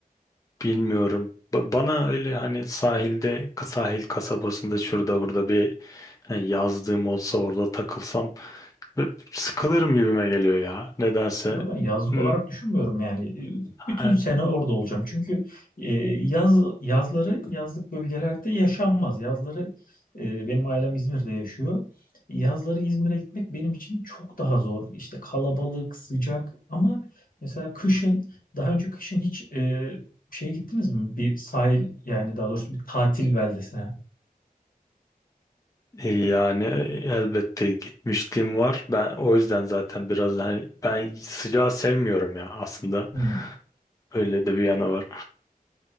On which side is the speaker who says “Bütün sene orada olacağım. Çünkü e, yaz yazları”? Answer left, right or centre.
Left